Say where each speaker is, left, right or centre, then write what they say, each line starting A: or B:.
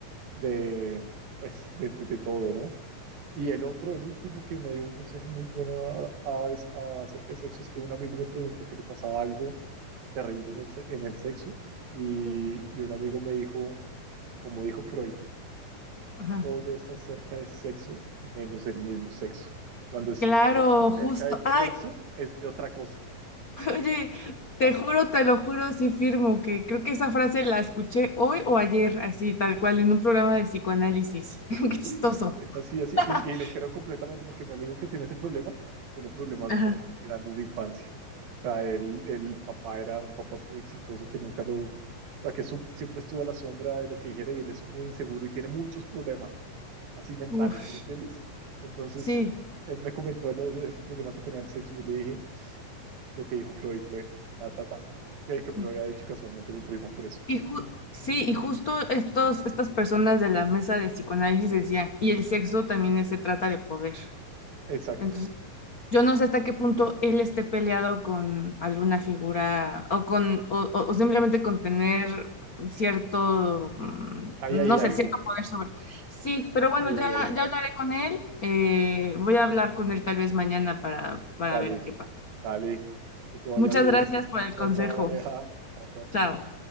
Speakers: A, on the right (about 85°); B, on the left (about 45°).
A: de, pues, de, de- de todo, ¿no? Y el otro, el último que me dio un consejo muy bueno a- a- vez- a- acerca de sexo es que un amigo me preguntó que le pasaba algo terrible en el, se- en el sexo y,
B: ujú,
A: y un amigo me dijo, como dijo Freud,
B: Ajá.
A: todo es acerca de sexo menos el mismo sexo. Cuando es
B: Claro,
A: a- acerca
B: justo.
A: del sexo
B: Ay,
A: es de otra cosa.
B: <laughs> oye, te juro, te lo juro, sí firmo que creo que esa frase la escuché hoy o ayer, así, tal cual, en un programa de psicoanálisis.
A: Es
B: <laughs>
A: así,
B: Qué chistoso.
A: es así, así.
B: <laughs>
A: Y, y lo creo completamente porque mi amigo que tiene ese problema tiene problemas
B: Ajá.
A: muy grandes de infancia. O sea, él, el papá era un papá muy exitoso que nunca lo, o sea, que su- siempre estuvo a la sombra de lo que dijera y él es muy inseguro y tiene muchos problemas, así mentales,
B: Uf,
A: ¿sí me entiendes? Entonces,
B: sí.
A: él me comentó lo de ese problema que tenía el sexo y yo le dije, lo que dijo Freud fue, ta, ta, ta, que,
B: sí.
A: que me lo había dicho casualmente mi primo, por eso.
B: Y ju- sí, y justo estos, estas personas de la mesa de psicoanálisis decían, y el sexo también es- se trata de poder.
A: Exacto,
B: Entonces, yo no sé hasta qué punto él esté peleado con alguna figura o con o, o- o simplemente con tener cierto, mm,
A: ahí
B: no
A: hay algo,
B: sé, cierto poder sobre. Sí, pero bueno,
A: ahí
B: ya,
A: hay algo.
B: ya hablaré con él. eh, voy a hablar con él tal vez mañana para, para
A: Dale.
B: ver qué pasa.
A: Dale, que te vaya
B: Muchas
A: bien.
B: gracias por el
A: Chao,
B: consejo.
A: chao, Aleja. Chao, chao.
B: Chao.